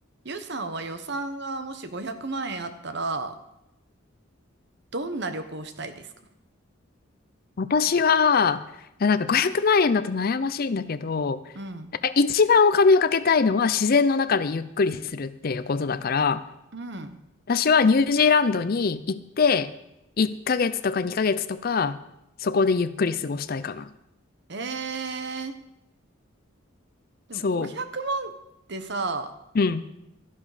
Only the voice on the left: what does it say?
私は、なんか500万円だと悩ましいんだけど、
一番お金をかけたいのは自然の中でゆっくりするっていうことだから、
私はニュージーランドに行って、1ヶ月とか2ヶ月とか、そこでゆっくり過ごしたいかな。
そう。うん。